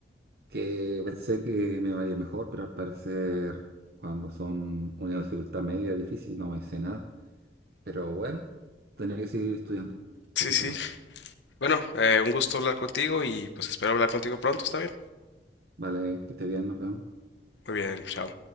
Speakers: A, on the right; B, on the left.
A: que pensé que me vaya mejor, pero al parecer cuando son una dificultad media difícil no me sé nada. Pero bueno, tendré que seguir estudiando un
B: Sí,
A: poquito
B: sí.
A: más.
B: Bueno, eh, un gusto hablar contigo y pues espero hablar contigo pronto, ¿está bien?
A: Vale, que esté bien, nos vemos.
B: Muy bien, chao.